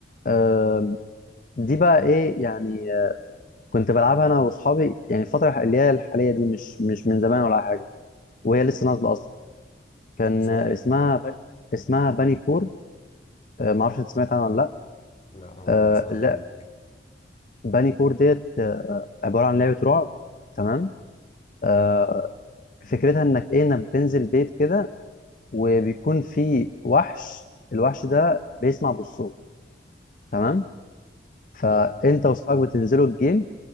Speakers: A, on the left; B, on the left.
A: آه دي بقى ايه يعني آه كنت بلعبها انا واصحابي يعني الفتره اللي هي الحاليه دي مش مش من زمان ولا حاجه وهي لسه نازله اصلا كان
B: اسمها
A: آه،
B: ايه
A: اسمها ب... اسمها باني كور آه ما اعرفش انت سمعت عنها ولا لا
B: لا اول
A: آه
B: مره اسمع عنها
A: لا
B: منك
A: باني كور ديت آه عباره عن لعبه رعب تمام آه، فكرتها انك ايه انك بتنزل بيت كده وبيكون في وحش الوحش ده بيسمع بالصوت تمام فانت
B: م.
A: واصحابك بتنزلوا الجيم